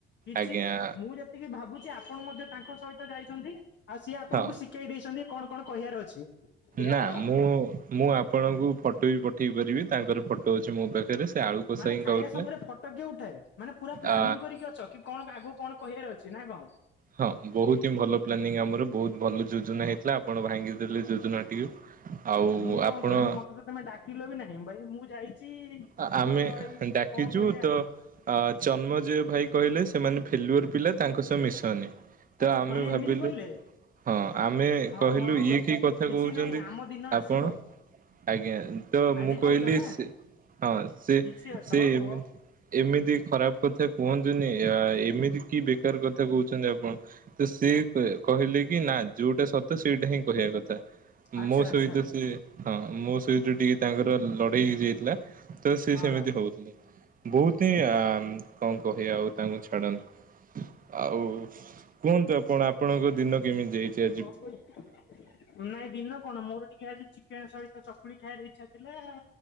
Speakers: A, on the left; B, on the right.
A: କିଛି
B: ଆଗିଆଁ
A: ମୁଁ ଯେତିକି ଭାବୁଚି ଆପଣ ମଧ୍ୟ ତାଙ୍କ ସହିତ ଯାଇଛନ୍ତି ଆଉ ସିଏ ଆପଣଙ୍କୁ
B: ହଁ
A: ଶିକେଇ ଦେଇଛନ୍ତି କଣ କଣ କହିଆର ଅଛି। ଏଇଆ
B: ନାଁ
A: ତ?
B: ମୁଁ ମୁଁ ଆପଣଙ୍କୁ ଫଟୋ ଇ ପଠେଇ ପାରିବି ତାଙ୍କର ଫଟୋ ଅଛି ମୋ ପାଖରେ। ସେ ଆଳୁ କଷା
A: ମାନେ
B: ହିଁ
A: ଖାଇବା
B: ଖାଉଥିଲେ
A: ସମୟରେ ଫଟ କିଏ ଉଠାଏ ମାନେ ପୁରା ପ୍ଲାନିଂ
B: ଆ
A: କରିକି ଅଛ କି କଣ ପା ଆଗୁକୁ କଣ କହିଆର ଅ ଛି ନାଁ କଁ?
B: ହଁ ବହୁତ୍ ହିଁ ଭଲ ପ୍ଲାନିଂ ଆମର ବହୁତ ଭଲ ଯୋଜନା ହେଇ ଲା ଆପଣ ଭାଙ୍ଗି ଦେଲେ ଯୋଜନାଟିକୁ ଆଉ
A: ମୁଁ କଣ
B: ଆପଣ
A: କଲି ମତେ ତ ତମେ ଡାକିଲ ବି ନାହିଁ ଭାଇ ମୁଁ ଯାଇଛି
B: ଆ ଆମେ
A: ମୋର ଏଇ
B: ଡାକିଚୁ
A: କଣ କରିବା
B: ତ ଅ ଚନ୍ମଜୟ ଭାଇ କହିଲେ ସେମାନେ ଫେଲୁଅର୍ ପିଲା ତାଙ୍କ ସହ ମିଶନି ତ
A: ଆଚ୍ଛା
B: ଆମେ
A: ମାନେ
B: ଭାବିଲୁ
A: ଏମିତି କହିଲେ
B: ହଁ ଆମେ
A: ହଉ
B: କହିଲୁ
A: ହଉ
B: ଇଏ କି କଥା
A: କିଛି
B: କୋହୁଚନ୍ତି
A: ନାଇଁ ଆମ ଦିନ
B: ଆପଣ?
A: ଆସିବ
B: ଆଜ୍ଞା ତ
A: ଆଜି
B: ମୁଁ
A: କହୁଛ
B: କହିଲି
A: ନା
B: ସେ ହଁ ସେ
A: କିଛି ଅଛି
B: ସେ
A: ହଉ
B: ଏମି
A: ହଉ।
B: ଏମିତି ଖରାପ କଥା କୁହନ୍ତୁନି। ୟା ଏମିତି କି ବେକାର କଥା କୋହୁଛନ୍ତି ଆପଣ ତ ସିଏ କ କହିଲେ କି ନାଁ ଯୋଉଟା ସ ଅ ତ ସେଇଟା ହିଁ କହିଆ କ ତା
A: ଆଚ୍ଛା
B: ମୋ
A: ଆଚ୍ଛା
B: ସହିତ ସିଏ ହଁ ମୋ ସହିତ ଟିକେ ତାଙ୍କର ଲଢ଼େଇ ହେଇଯାଇଥିଲା। ତ ସିଏ
A: ହଁ
B: ସେମିତି ହଉଥୁଲେ ବହୁତ ହିଁ ଆମ୍ କଁ କହିବା ଆଉ ତାଙ୍କୁ ଛାଡ଼ନ୍ତୁ। ଆଉ କୁହନ୍ତୁ ଆପଣ ଆପଣଙ୍କ ଦିନ କେମିତି ଯାଇଚି ଆ
A: <inaudible> ନାଇଁ ଦିନ କଣ ମୋର ଟିକେ ଆଜି ଚିକେନ୍ ସହିତ ଚକୁଳି ଖାଇଆର ଇଚ୍ଛା ଥିଲା ଆ